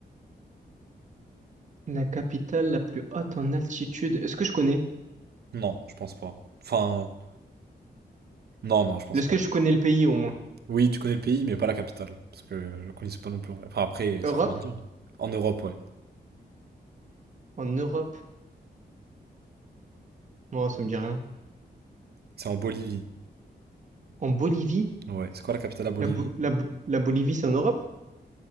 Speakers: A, on the right; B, on the right.
A: la capitale la plus haute en altitude. Est-ce que je connais?
B: Non, je pense pas. Enfin, non, non, je pense
A: Est-ce
B: pas.
A: que je connais le pays au moins?
B: Oui, tu connais le pays, mais pas la capitale. Parce que je le connaissais pas non plus. en vrai. Enfin, après,
A: Europe?
B: ça veut rien dire. En Europe, ouais.
A: En Europe? Non, ça me dit rien.
B: C'est en Bolivie.
A: En Bolivie?
B: Ouais. C'est quoi la capitale à Bolivie?
A: La, Bo- la Bo- la Bolivie, c'est en Europe?